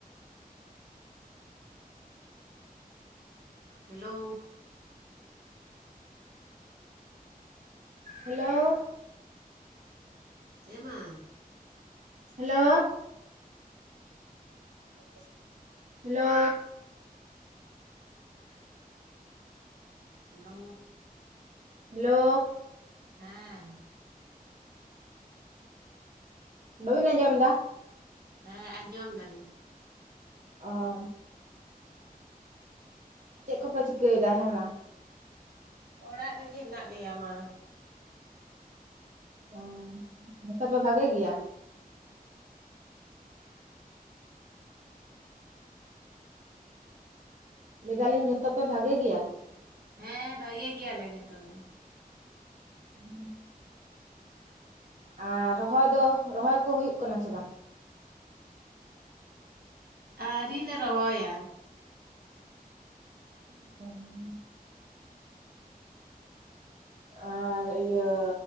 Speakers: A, on the right (about 85°); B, on the right (about 50°).
A: Hello.
B: Hello.
A: ᱮ ᱢᱟ᱾
B: Hello. <inaudible> Hello.
A: Hello.
B: Hello.
A: ᱦᱮᱸ᱾
B: ᱵᱟᱹᱵᱤᱱ ᱟᱸᱡᱚᱢ ᱫᱟ᱾
A: ᱦᱮᱸ ᱟᱸᱡᱚᱢ ᱫᱟᱞᱤᱧ᱾
B: ᱚ᱾ ᱪᱮᱫ ᱠᱚᱯᱮ ᱪᱤᱠᱟᱹᱭᱮᱫᱟ ᱦᱮᱸ ᱢᱟ?
A: ᱚᱲᱟᱜ ᱨᱮᱜᱮ ᱦᱮᱱᱟᱜ ᱞᱮᱭᱟ ᱢᱟ᱾
B: ᱚ ᱡᱷᱚᱛᱚ ᱯᱮ ᱵᱷᱟᱜᱮ ᱜᱮᱭᱟ? ᱞᱟᱹᱭ ᱫᱟᱞᱤᱧ ᱡᱷᱚᱛᱚ ᱯᱮ ᱵᱷᱟᱜᱮ ᱜᱮᱭᱟ᱾
A: ᱦᱮᱸ ᱵᱷᱟᱹᱜᱮ ᱜᱮᱭᱟᱞᱮ ᱡᱚᱛᱚ ᱜᱮ᱾
B: <inaudible> ᱟᱨ ᱨᱚᱦᱚᱭ ᱫᱚ ᱨᱚᱦᱚᱭ ᱠᱚ ᱦᱩᱭᱩᱜ ᱠᱟᱱᱟ ᱥᱮ ᱵᱟᱝ?
A: ᱟᱣᱨᱤ ᱞᱮ ᱨᱚᱦᱚᱭᱟ᱾
B: ᱚ᱾ ᱟᱨ ᱤᱭᱟᱹ